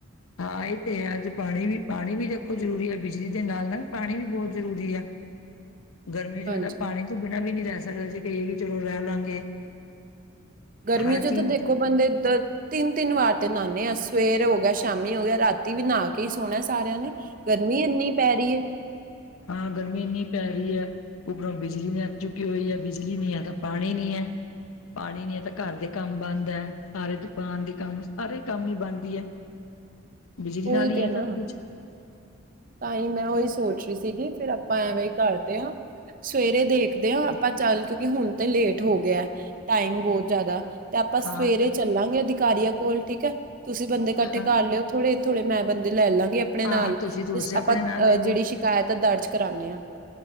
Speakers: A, on the left (about 85°); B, on the right (about 40°).
A: ਹਾਂ ਇਹ ਤੇ ਹੈ ਅੱਜ ਪਾਣੀ ਵੀ ਪਾਣੀ ਵੀ ਦੇਖੋ ਜ਼ਰੂਰੀ ਹੈ, ਬਿਜਲੀ ਦੇ ਨਾਲ ਨਾਲ ਪਾਣੀ ਵੀ ਬਹੁਤ ਜ਼ਰੂਰੀ ਹੈ।
B: <inaudible>
A: ਗਰਮੀ ਵਿੱਚ
B: ਹਾਂਜੀ
A: ਬੰਦਾ ਪਾਣੀ ਤੋਂ ਬਿਨਾਂ ਵੀ ਨੀ ਰਹਿ ਸਕਦਾ ਜੇ ਕਹੀਏ ਕਿ ਚਲੋ ਰਹਿ ਲਾਂਗੇ।
B: ਗਰਮੀ
A: ਹਰ
B: ਚ
A: ਚੀਜ਼
B: ਤਾਂ ਦੇਖੋ
A: ਜ਼ਰੂਰੀ
B: ਬੰਦੇ
A: ਆ।
B: ਇਧ ਤਿੰਨ-ਤਿੰਨ ਵਾਰ ਤੇ ਨਹਾਨੇ ਆ ਸਵੇਰ ਹੋ ਗਿਆ ਸ਼ਾਮੀ ਹੋ ਗਿਆ ਰਾਤੀ ਵੀ ਨਹਾ ਕੇ ਹੀ ਸੋਹਣਾ। ਸਾਰਿਆਂ ਨੇ ਗਰਮੀ ਇੰਨੀ ਪੈ ਰਹੀ ਹੈ।
A: ਹਾਂ ਗਰਮੀ ਇੰਨੀ ਪੈ ਰਹੀ ਹੈ। ਉੱਪਰੋਂ ਬਿਜਲੀ ਨਹੀਂ ਅੱ ਚੁੱਕੀ ਹੋਈ ਹੈ ਬਿਜਲੀ ਨੀ ਹੈ ਤਾਂ ਪਾਣੀ ਨੀ ਹੈ। ਪਾਣੀ ਨੀ ਹੈ ਤਾਂ ਘਰ ਦੇ ਕੰਮ ਬੰਦ ਹੈ ਸਾਰੇ ਦੁਕਾਨ ਦੇ ਕੰਮ ਸਾਰੇ ਕੰਮ ਹੀ ਬਣਦੀ ਹੈ। ਬਿਜਲੀ
B: ਉਹੀ
A: ਨਾਲ ਹੀ
B: ਤੇ
A: ਹੈ
B: ਨਾ
A: ਸਭ ਕੁਛ
B: ਤਾਂ ਹੀ ਮੈਂ ਉਹੀ ਸੋਚ ਰਹੀ ਸੀਗੀ। ਫਿਰ ਆਪਾਂ ਐਵੇ ਹੀ ਕਰਦੇ ਹਾਂ ਸਵੇਰੇ ਦੇਖਦੇ ਹਾਂ ਆਪਾਂ ਚੱਲ ਕਿਉਂਕਿ ਹੁਣ ਤੇ ਲੇਟ ਹੋ ਗਿਆ। ਟਾਈਮ ਬਹੁਤ ਜ਼ਿਆਦਾ ਤੇ ਆਪਾਂ ਸਵੇਰੇ
A: ਹਾਂ ਤਾਂ
B: ਚੱਲਾਂਗੇ ਅਧਿਕਾਰੀਆਂ ਕੋਲ ਠੀਕ ਹੈ ਤੁਸੀਂ ਬੰਦੇ ਇਕੱਠੇ
A: ਹਾਂ
B: ਕਰ ਲਿਓ ਥੋੜੇ ਥੋੜੇ ਮੈਂ ਬੰਦੇ ਲੈ ਲਾਂਗੇ ਆਪਣੇ ਨਾਲ
A: ਹਾਂ ਤੁਸੀਂ
B: ਤੇ
A: ਦੂਸਰੇ
B: ਆਪਾਂ
A: ਆਪਣੇ ਨਾਲ ਲੈ
B: ਅਹ ਜਿਹੜੀ ਸ਼ਿਕਾਇਤ ਆ ਦਰਜ ਕਰਾਉਦੇ ਹਾਂ